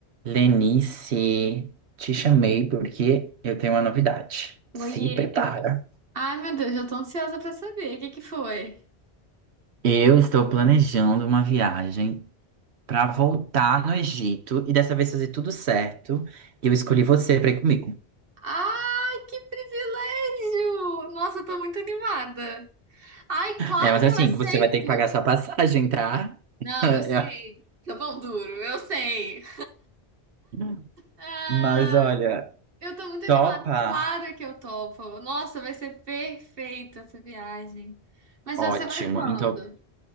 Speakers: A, on the right; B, on the right.
A: Lenice, te chamei porque eu tenho uma novidade.
B: Oiê.
A: Se prepara.
B: Ai, meu Deus, eu tô ansiosa pra saber. O que que foi?
A: Eu estou planejando uma viagem para voltar no Egito e dessa vez fazer tudo certo. E eu escolhi você para ir comigo.
B: Ai, que privilégio! Nossa, eu tô muito animada. Ai, claro
A: É, mas
B: que
A: assim,
B: eu aceito.
A: você vai ter que pagar sua passagem, tá?
B: Não,
A: <laughs>
B: eu sei. Seu pão duro, eu sei.
A: É.
B: Ah,
A: Mas olha,
B: eu tô muito animada.
A: topa?
B: Claro que eu topo. Nossa, vai ser perfeita essa viagem. Mas
A: Ótimo.
B: você vai quando?
A: Então,